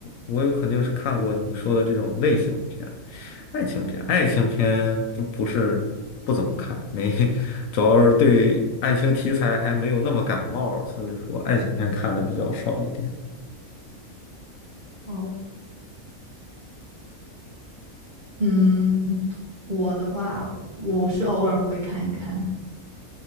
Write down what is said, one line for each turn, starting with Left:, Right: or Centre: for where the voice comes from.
Left: 我有肯定是看过你说的这种类型片，爱情片，爱情片不不是不怎么看，没，主要是对爱情题材还没有那么感冒，所以说爱情片看的比较少一点。
Right: 哦，嗯，我的话，我是偶尔会看一看。